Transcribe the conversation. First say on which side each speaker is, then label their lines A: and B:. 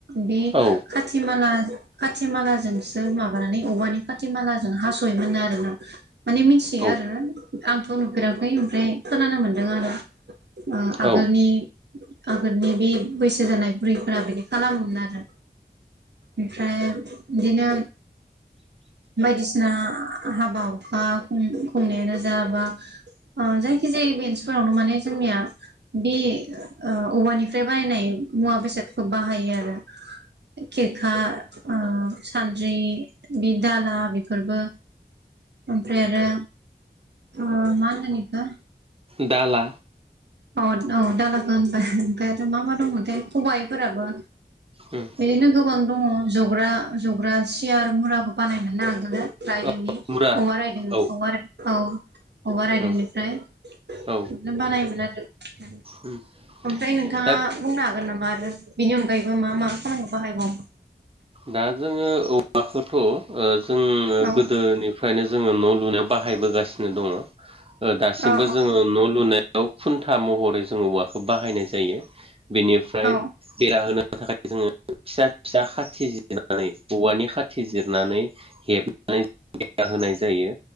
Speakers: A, on the right (about 85°); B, on the right (about 35°).
A: बे
B: औ
A: खाथि माला खाथि मालाजोंसो माबानानै औवानि खाथि मालाजों हास'योमोन आरो ना। माने मिथियो
B: औ
A: आरो आंथ' नुफेराखै ओमफ्राय खोनानो मोनदों आरो। ओ आगोलनि
B: औ
A: आगोलनि बे बैसो जानाय बुरैफोरा बिदि खालामोमोन आरो। ओमफ्राय बिदिनो बायदिसिना हाबा हुखा खुं खुंनायानो जा बा ओ जायखि जे इभेन्स फोरावनो माने जोंनिया बे औवानिफ्राय बानायनाय मुवा बेसाद फोरखौ बाहायो आरो खेरखा ओ सान्द्रि बि दाला बेफोरबो ओमफ्राय आरो ओ मा होनगोन इखो?
B: दाला।
A: अ औ दालाखौ होनबाय ओमफ्राय आरो मा मा दंमोनथाय? खबाइफोराबो।
B: उम
A: बिदिनो गोबां दंङ जग्रा जग्रा सियार मुराबो बानायोमोनना आगोलो । रायदोंनि
B: औ मुरा
A: औवा रायदों
B: औ
A: औवा औ औवा रायदोंनिफ्राय
B: औ औ
A: बिदिनो बानायोमोन । ओमफ्राय
B: उम
A: नोंथांङा
B: दा
A: बुंनो हागोन नामा बिनि अनगायैबो मा मा खामानियाव बाहायबावो?
B: दा जोंङो औवाखौथ' जों
A: औ
B: गोदोनिफ्रायनो जोंङो न' लुनायाव बाहायबोगासिनो दङ ओ दासिमबो
A: औ
B: जोंङो न' लुनाय बेयाव खुन्था महरै जोङो औवाखौ बाहायनाय जायो। बेनिफ्राय
A: औ
B: बेरा होनो थाखाय जोंङो फिसा फिसा खाथिनानै औवानि खा थिजिरनानै हेबनानै बेरा होनाय जायो।